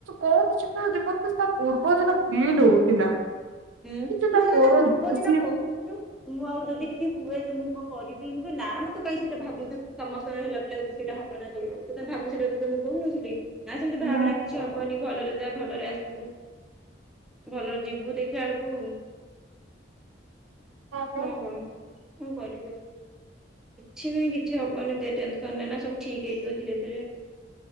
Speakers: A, on the right; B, in the centre.
A: କହୁଚି ପା <unintelligible> ତା ପୂର୍ବଦିନ ଫିଲ୍ ହଉଥିଲା।
B: ହୁଁ
A: କିନ୍ତୁ
B: ତୁ ମତେ
A: ପର
B: ବି ତା ପୂର୍ବ ଦିନ
A: ସିଏ
B: କହୁଥିଲୁ। ମୁଁ ଆଉ ଯଦି କିଛି ହୁଏ କି ମୁଁ କଣ କରିବି ମୁଁ କହି ନାମ ତୁ କାଇଁ ସେଇଟା ଭାବୁଚୁ ସମ୍ ସମୟ ହେଲାବୋଲି ଆଉ ତୁ ସେଇଟା ହବନା ତୋର ତୁ କାଇଁ ଭାବୁଚୁ ସେଟା ତତେ ମୁଁ କହୁନଥିଲି। ନା ସେମିତି
A: ହଁ
B: ଭାବେନା କିଛି ହବନି ଭଲରେ ଯା ଭଲରେ ଆସିବୁ ଭଲରେ ଯିବୁ। ଦେଖ୍ ଖିଲାବଳକୁ
A: ହଁ ପା।
B: କଣ କରି ମୁଁ କରିଦେବି। କିଛି ହିଁ କିଛି ହବନି ଏତେ ଟେନ୍‌ସନ୍‌ ନେନା ସବୁ ଠିକ୍ ହେଇଯିବ ଧୀରେ ଧୀରେ।